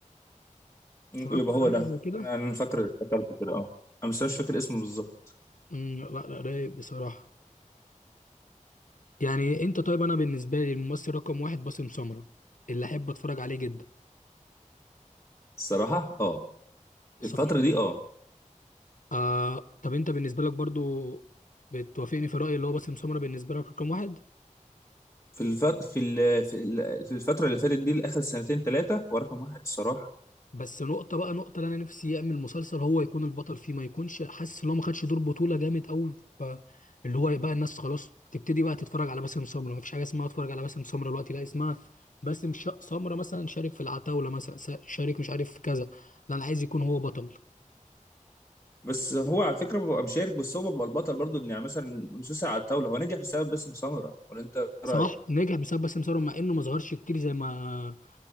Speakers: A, on the left (about 20°); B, on the left (about 70°).
A: يبقى
B: اتفرجت على
A: هو ده
B: حاجه زي كده
A: أنا أنا فاكر فكرت كده أه أنا بس مش فاكر اسمه بالظبط
B: أمم، لا لا رايق بصراحه يعني انت طيب انا بالنسبه لي الممثل رقم واحد باسم سمره اللي احب اتفرج عليه جدا
A: الصراحة أه
B: صح
A: الفترة دي أه
B: آه طب انت بالنسبه لك برضو بتوافقني في رايي اللي هو باسم سمره بالنسبه لك رقم واحد
A: في الفت... في ال... في ال- في الفترة اللي فاتت دي لآخر سنتين ثلاثة هو رقم واحد الصراحة
B: بس نقطه بقى نقطه اللي انا نفسي يعمل مسلسل هو يكون البطل فيه ما يكونش حاسس ان هو ما خدش دور بطوله جامد قوي اللي هو يبقى الناس خلاص تبتدي بقى تتفرج على باسم سمره ما فيش حاجه اسمها اتفرج على باسم سمره دلوقتي لا اسمها باسم ش- سمره مثلا شارك في العتاوله مثلا س- شارك مش عارف في كذا لا انا عايز يكون هو بطل
A: بس هو على فكرة ببقى مشارك بس هو بيبقى البطل برضه إن يعني مثلا مسلسل على الطاولة هو نجح بسبب باسم سمرة ولا أنت
B: صلاح
A: رأيك؟
B: نجح بسبب باسم سمسار مع انه ما ظهرش كتير زي ما